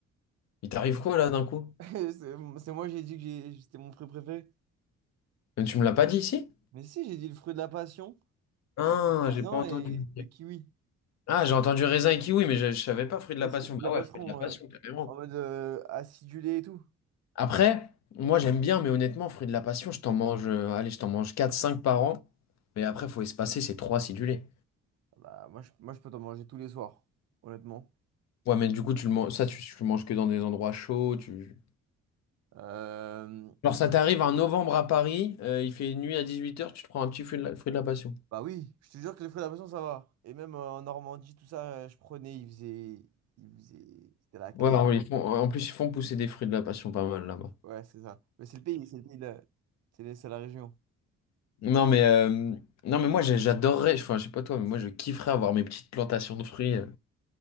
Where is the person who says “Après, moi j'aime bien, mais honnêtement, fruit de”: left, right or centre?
Left